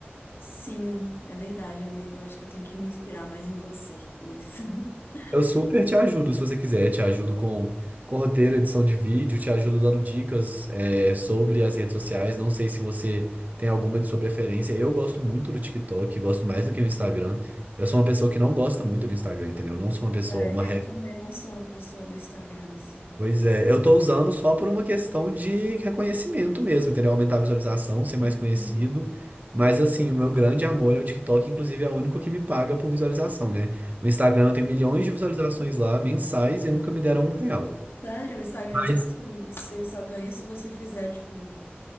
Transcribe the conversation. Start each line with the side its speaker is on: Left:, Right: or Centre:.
Left: sim, é verdade, amigo. Eu acho que eu tenho que me inspirar mais em você nisso. <laughs>
Right: Eu super te ajudo se você quiser. Te ajudo com, com roteiro, edição de vídeo, te ajudo dando dicas, é, sobre as redes sociais. Não sei se você tem alguma de sua preferência. Eu gosto muito do TikTok, gosto mais do que o Instagram. Eu sou uma pessoa que não gosta muito do Instagram, entendeu? Eu não sou uma pessoa,
Left: É,
Right: uma
Left: eu também não sou uma pessoa do Instagram, assim.
Right: Pois é, eu tô usando só por uma questão de reconhecimento mesmo, entendeu? Aumentar a visualização, ser mais
Left: Uhum.
Right: conhecido. Mas assim, o meu grande amor é o TikTok, inclusive é o único que me paga por visualização, né? O Instagram eu tenho milhões de visualizações lá, mensais, e nunca me deram um real.
Left: Sério, o Instagram,
Right: Mas
Left: tipo assim, você só ganha se você fizer, tipo,